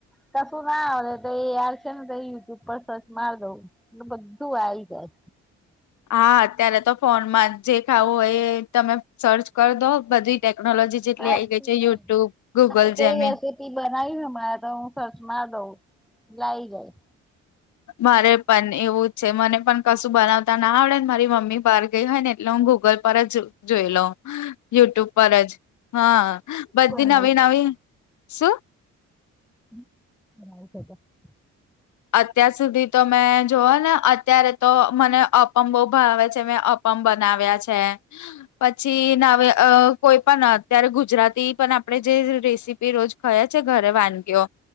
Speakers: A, in the centre; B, on the left.
A: કસું ના આવે તો એ યાર <unintelligible> બધું આવી જાય
B: હા અત્યારે તો ફોનમાં જે ખાવું હોય એ તમે સર્ચ કરી દો બધી ટેકનોલોજી જેટલી
A: બધું
B: આવી ગઈ છે યુટ્યુબ
A: આઈ જાય.
B: ગુગલ
A: ના કઈ
B: જેમીન
A: રેસીપી એ બનાવી હમણાં તો હું સર્ચ માર દઉં એટલે આવી જાય
B: મારે પણ એવું જ છે મને પણ કશું બનાવતા ના આવડે ને મારી મમ્મી બહાર ગઈ હોય ને એટલે હું ગૂગલ પર જ જોઈ લો યુટ્યુબ પર જ હા બધી
A: બનાવી
B: નવી
A: શકો
B: નવી શું
A: <unintelligible>
B: અત્યાર સુધી તો મેં જોવ ને અત્યારે તો મને અપમ બો ભાવે છે મેં અપ પમ બનાવ્યા છે પછી નાવે કોઈ પણ અત્યારે ગુજરાતી પણ આપડે જે રેસીપી રોજ ખયા છે ઘરે વાનગીઓ